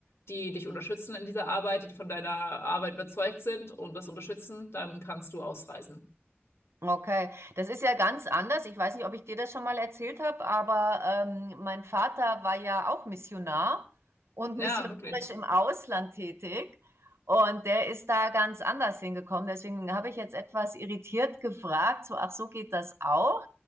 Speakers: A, on the left; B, on the right.
A: die dich unterstützen in dieser Arbeit, die von deiner Arbeit überzeugt sind und das unterstützen, dann kannst du ausreisen.
B: Okay, das ist ja ganz anders. Ich weiß nicht, ob ich dir das schon mal erzählt habe, aber ähm, mein Vater war ja auch Missionar und
A: Ja,
B: missionarisch
A: wirklich.
B: im Ausland tätig. Und der ist da ganz anders hingekommen. Deswegen habe ich jetzt etwas irritiert gefragt, so, ach, so geht das auch.